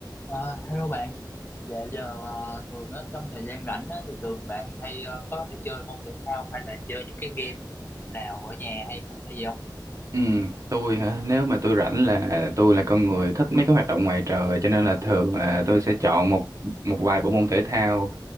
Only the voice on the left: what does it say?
Ờ, hello bạn, dạo giờ ờ, thường á, trong thời gian rảnh á, thì thường bạn hay ờ, có hay chơi môn thể thao hay là chơi những cái game nào ở nhà hay hay gì không?